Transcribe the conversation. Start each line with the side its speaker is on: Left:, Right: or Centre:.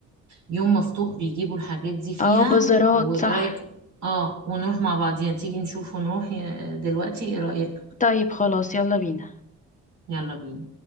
Right: يوم مفتوح بيجيبوا الحاجات دي فيها
Left: اه بازارات
Right: وايه
Left: صح
Right: رأيك اه ونروح مع بعضينا تيجي نشوف ونروح آه، دلوقتي ايه رأيك
Left: طيب خلاص يلا بينا
Right: يلا بينا